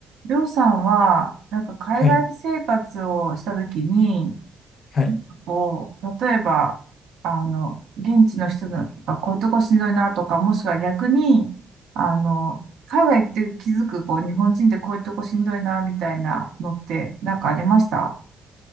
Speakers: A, on the right; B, on the left.
A: りょうさんは、なんか海外生活をしたときに、
B: はい。はい。
A: なんかこう、例えば、あの、現地の人がこういうとこしんどいなとか、もしくは逆に、あの、海外行って気づく、こう、日本人ってこういうとこしんどいな、みたいなのって、なんかありました